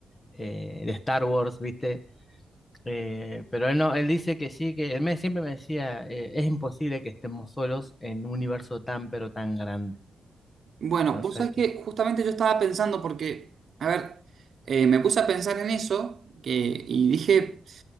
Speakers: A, on the left; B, on the right.
A: eh, de Star Wars, ¿viste? Eh, pero él no, él dice que sí, que él me- siempre me decía, eh, es imposible que estemos solos en un universo tan, pero tan grande.
B: Bueno,
A: O
B: vos
A: sea
B: sabés
A: que...
B: que justamente yo estaba pensando porque, a ver, eh, me puse a pensar en eso que, y dije.